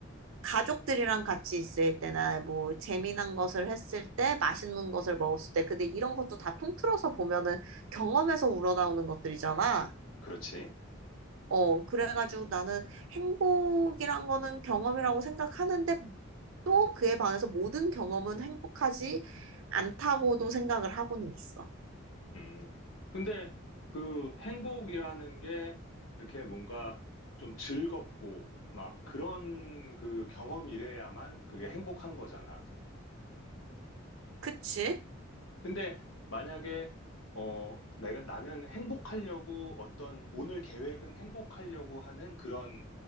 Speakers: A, on the right; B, on the left.
A: 가족들이랑 같이 있을 때나 뭐 재미난 것을 했을 때, 맛있는 것을 먹었을 때, 근데 이런 것도 다 통틀어서 보면은 경험에서 우러나오는 것들이잖아.
B: 그렇지.
A: 어, 그래가지고 나는 행복이란 거는 경험이라고 생각하는데 또 그에 반해서 모든 경험은 행복하지 않다고도 생각을 하고는 있어.
B: 음, 근데 그 행복이라는 게 이렇게 뭔가 좀 즐겁고 막 그런 그 경험이래야만 그게 행복한 거잖아.
A: 그치?
B: 근데 만약에 어 내가 나는 행복하려고 어떤 오늘 계획은 행복하려고 하는 그런